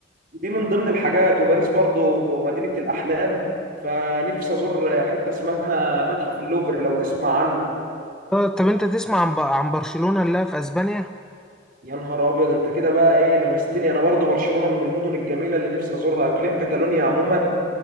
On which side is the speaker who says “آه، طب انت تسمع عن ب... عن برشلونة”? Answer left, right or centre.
Centre